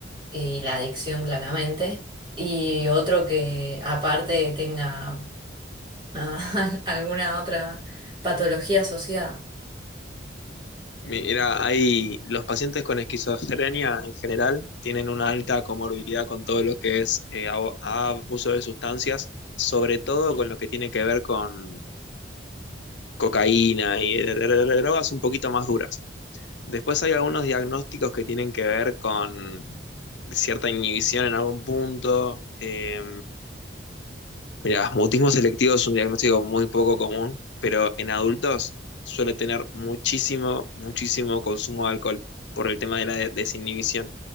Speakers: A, on the right (about 25°); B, on the left (about 75°).
A: eh, y la adicción claramente, y otro que aparte tenga ah, <laughs> alguna otra patología asociada.
B: Mira, hay los pacientes con esquizofrenia en general tienen una alta comorbilidad con todo lo que es eh, a- abuso de sustancias, sobre todo con lo que tiene que ver con cocaína y drogas un poquito más duras. Después hay algunos diagnósticos que tienen que ver con cierta inhibición en algún punto. Eh, mira, mutismo selectivo es un diagnóstico muy poco común, pero en adultos suele tener muchísimo, muchísimo consumo de alcohol por el tema de la de- desinhibición.